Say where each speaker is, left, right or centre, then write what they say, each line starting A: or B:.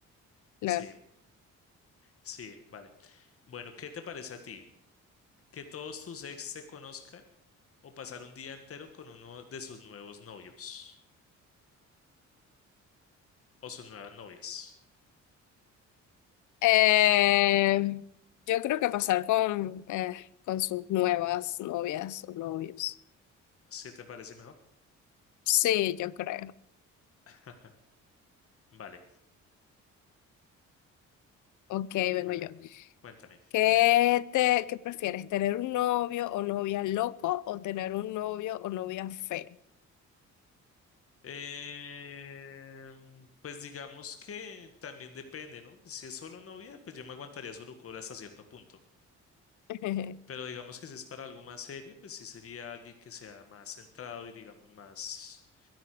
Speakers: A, on the left; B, on the left.
A: claro.
B: Sí, sí, vale. Bueno, ¿qué te parece a ti? ¿Que todos tus ex se conozcan o pasar un día entero con uno de sus nuevos novios o sus nuevas novias?
A: Eh, yo creo que pasar con, eh, con sus nuevas novias o novios.
B: ¿Sí te parece mejor?
A: Sí, yo creo.
B: <laughs> Vale,
A: Ok, vengo
B: vale.
A: yo.
B: Cuéntame.
A: ¿Qué te, qué prefieres, tener un novio o novia loco o tener un novio o novia feo?
B: Eh, pues digamos que también depende, ¿no? Pues, Si es solo novia, pues yo me aguantaría solo cola hasta cierto punto.
A: <laughs>
B: Pero digamos que si es para algo más serio, pues sí sería alguien que sea más centrado y digamos más,